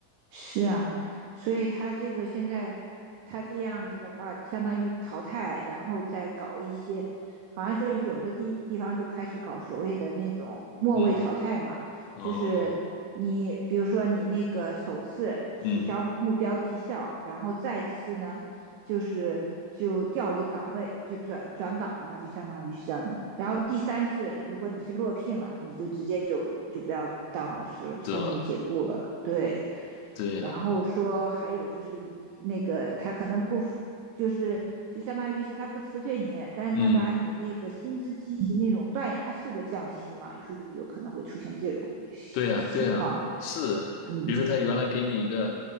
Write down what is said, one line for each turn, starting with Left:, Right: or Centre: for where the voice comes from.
Right: 是啊，所以他这个现在他这样子的话，相当于淘汰，然后再搞一些，好像说有的地地方就开始搞所谓的那种末位淘汰嘛，
Left: 嗯，哦，
Right: 就是你比如说你那个首次取消目标绩效，
Left: 嗯，
Right: 然后再次呢就是就调离岗位，就转转岗了嘛，就相当于是让你，然后第三次如果你是落聘了，你就直接就就不要当老师了，就相当于解雇了，
Left: 是了，
Right: 对。
Left: 对呀，
Right: 然后说还有就是那个他可能不就是就相当于是他不辞退你，但是他把你那个薪资进行那种断崖式的降息嘛，
Left: 嗯。
Right: 有时候有可能会出现这种
Left: 对呀，
Right: 情况。
Left: 对呀，是，
Right: 嗯，
Left: 比如说他原来给你一个，